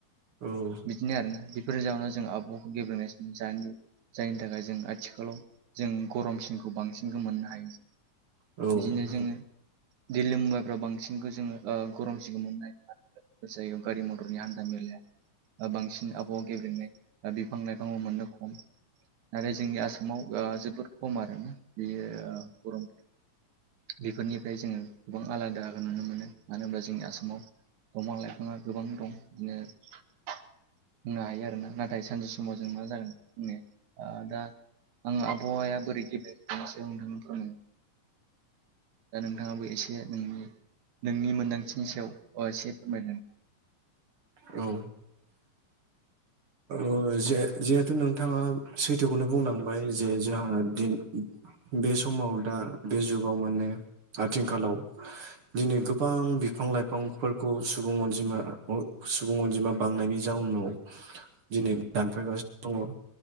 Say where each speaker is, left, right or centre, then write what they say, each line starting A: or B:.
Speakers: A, on the right; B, on the right.
A: औ
B: बिदिनो आरोना बेफोरनि जाहोनाव जों आबावखौ <unintelligible> जायनि थाखाय जों आथिखालाव जों गरमसिनखौ बांसिन खो मोननो हायो।
A: औ
B: बिदिनो जोङो दिल्ली मुम्बाइफ्राव बांसिनखौ जोङो ओ गरम सिनखौ <unintelligible> गारि मथरनि हान्था मेलाया ओ बांसिन आबहावा गेब्रेंनाय दा बिफां लाइफांआव मोननो खम आरो जोंनि आसामाव ओ जोबोर खम आरोना बेयो गरमफोरा बेफोरनिफ्राय जोङो गोबां आलादा बो नुनो मोनो मानो होनब्ला जोंनि आसामाव दंफां लाइफाङा गोबां दं बिदिनो बुंनो हायो आरो ना नाथाय सानसे समाव जों मा जागोन बुंनो ओ दा आं आबहावाया बोरै गेब्रेंदों बेनि सायाव <unintelligible> दा नोंथाङाबो एसे नोंनि नोंनि मोनदांथिनि सायाव ओ एसे फोरमायदों
A: औ। ओ जे जेहेथु नोंथाङा सैथोखौनो बुंलांबाय जे जोंहा दिन बे समाव दा बे जुगाव माने आथिंखालाव दिनै गोबां बिफां लाइफांफोरखौ सुबुं अनजिमा सुबुं अनजिमा बांनायनि जाउनाव दिनै दानफायगासिनो